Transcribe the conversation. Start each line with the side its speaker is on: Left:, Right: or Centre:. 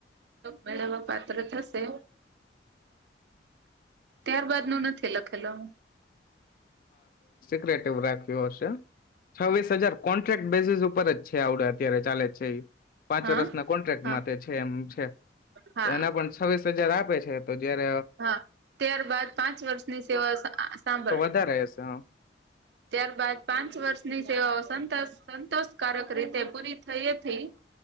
Right: મેળવવા પાત્ર થશે ત્યારબાદ ન નથી લખેલો
Left: ક્રએટિવ રાખ હશે છવવીસ હજાર કોન્ટ્રાક્ટ બેસીિસ ઉપર જ છે આવડે અત્યારે ચાલે જ છે એ પાંચ
Right: હા
Left: વર્ષના કોન્ટ્રાક્ટ
Right: હા
Left: માટે છે એમ છે
Right: હા
Left: એના પણ છ્વીસ જરા આપે છે તો જયારે
Right: હા ત્યાર બાાદ પાંચ વર્ષની સેવા સાંભળ
Left: રહે છે હ
Right: ત્યારબાદ પાંચ વર્ષની સેવાઓ સ સંતોષકારક રીતે પૂરી થઈેથી